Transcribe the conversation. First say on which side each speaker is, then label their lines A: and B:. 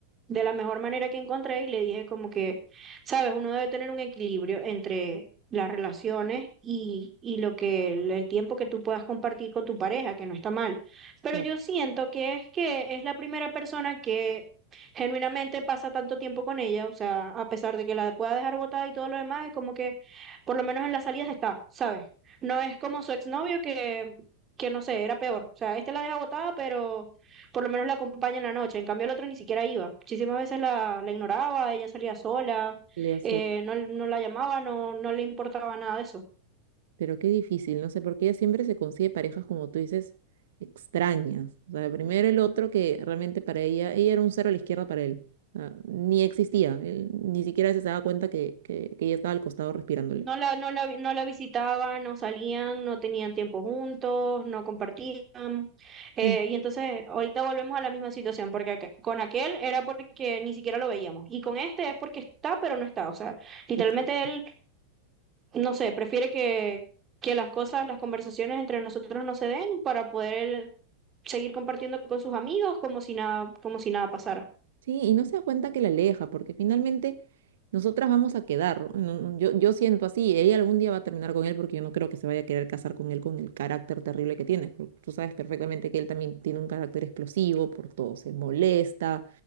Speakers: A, on the right (about 25°); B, on the right (about 55°).
A: de la mejor manera que encontré y le dije como que, sabes, uno debe tener un equilibrio entre las relaciones y, y lo que el el tiempo que tú puedas compartir con tu pareja, que no está mal. Pero
B: la-
A: yo siento que es que es la primera persona que genuinamente pasa tanto tiempo con ella, o sea, a pesar de que la pueda dejar botada y todo lo demás, es como que por lo menos en las salidas está, ¿sabes? No es como su exnovio que, que no sé, era peor. O sea, este la deja botada, pero por lo menos la acompaña en la noche. En cambio, el otro ni siquiera iba. Muchísimas veces la, la ignoraba, ella salía sola,
B: le
A: eh, no, no la llamaba, no, no le importaba nada de eso.
B: Pero qué difícil, no sé, porque ella siempre se consigue parejas, como tú dices, extrañas. O sea, primero el otro que realmente para ella, ella era un cero a la izquierda para él. O sea, ni existía, él ni siquiera se daba cuenta que, que, que ella estaba al costado respirándole.
A: No la, no la, vi- no la visitaban, no salían, no tenían tiempo juntos, no compartían. Eh,
B: Sí,
A: y entonces ahorita volvemos a la misma situación, porque aqu- con aquel era porque ni siquiera lo veíamos. Y con este es porque está, pero no está. O sea, literalmente
B: exacto.
A: él, no sé, prefiere que, que las cosas, las conversaciones entre nosotros no se den para poder él seguir compartiendo con sus amigos como si nada, como si nada pasara.
B: Sí, y no se da cuenta que la aleja, porque finalmente nosotras vamos a quedar. no- no, no, Yo, yo siento así, ella algún día va a terminar con él porque yo no creo que se vaya a querer casar con él con el carácter terrible que tiene. porque Tú sabes perfectamente que él también tiene un carácter explosivo, por todo se molesta,